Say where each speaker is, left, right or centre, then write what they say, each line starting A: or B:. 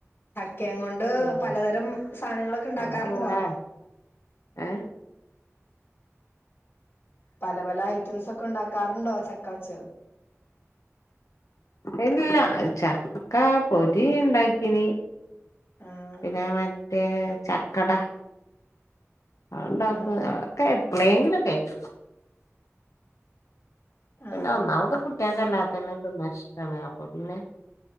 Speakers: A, on the left (about 50°); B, on the left (about 90°).
A: ക്കേം കൊണ്ട്
B: ഉം
A: പലതരം സാധനങ്ങളൊക്കെ ഉണ്ടാക്കാറുണ്ടോ
B: അതങ്ങനെ ഏ
A: പല പല ഐറ്റംസൊക്കെണ്ടാക്കാറ്ണ്ടോ ചക്കവച്ച്
B: എല്ലാ, ചക്ക പൊരി ഇണ്ടാക്കീനി
A: ആഹ്
B: പിന്നെ മറ്റേ.. ചക്കട അ ണ്ടാക്ക
A: ആഹ്
B: കേപ്പളേങ്കിലൊക്കയ്ക്കൂ പിന്ന
A: ആഹ്
B: ഒന്നാമതെ കുട്ട്യേക്ക് അല്ലാത്തന്നെ തിന്നാഷ്ടാണ് അപ്പൊ പിന്നെ